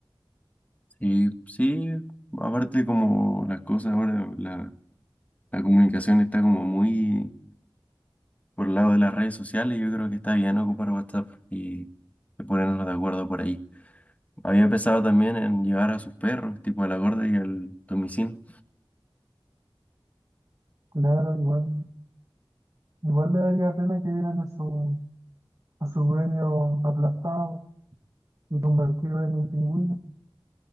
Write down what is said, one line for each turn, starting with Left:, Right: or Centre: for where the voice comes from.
Left: Sí, sí, aparte como las cosas ahora, la, la comunicación está como muy por el lado de las redes sociales, yo creo que está bien ocupar WhatsApp y y ponernos de acuerdo por ahí. Había pensado también en llevar a sus perros, tipo a la gorda y al Tomicín.
Right: Claro, igual, igual me daría pena que vieran a su, a su dueño aplastado y convertido en un pingüino.